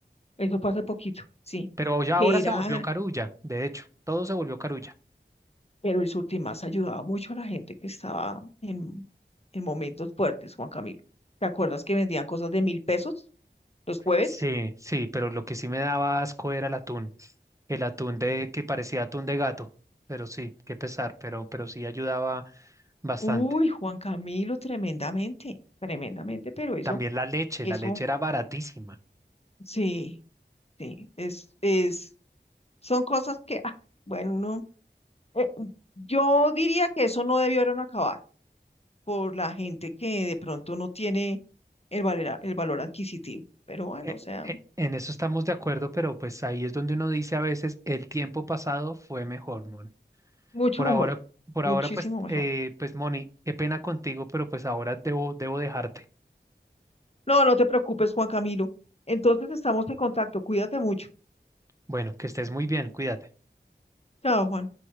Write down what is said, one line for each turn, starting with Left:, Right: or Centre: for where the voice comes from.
Left: eso fue hace poquito, sí,
Right: Pero ya
Left: que
Right: ahora
Left: era,
Right: se volvió carulla, de hecho, todo se volvió carulla.
Left: pero el Surtimax ayudaba mucho a la gente que estaba en, en momentos fuertes, Juan Camilo. ¿Te acuerdas que vendían cosas de mil pesos los jueves?
Right: Sí, sí, pero lo que sí me daba asco era el atún. El atún de que parecía atún de gato. Pero sí, qué pesar, pero, pero sí ayudaba bastante.
Left: Uy, Juan Camilo, tremendamente, tremendamente, pero eso,
Right: También la leche,
Left: eso,
Right: la leche era baratísima.
Left: sí, sí, es, es, son cosas que, ah, bueno, uno, eh, yo diría que eso no debieron acabar por la gente que de pronto no tiene el valor, el valor adquisitivo, pero bueno,
Right: E-
Left: o sea,
Right: e- En eso estamos de acuerdo, pero pues ahí es donde uno dice a veces el tiempo pasado fue mejor, Moni.
Left: mucho
Right: Por
Left: mejor,
Right: ahora, por
Left: muchísimo
Right: ahora, pues,
Left: mejor.
Right: eh, pues, Moni, qué pena contigo, pero pues ahora debo, debo dejarte.
Left: No, no te preocupes, Juan Camilo. Entonces estamos en contacto, cuídate mucho.
Right: Bueno, que estés muy bien, cuídate.
Left: Chao, Juan.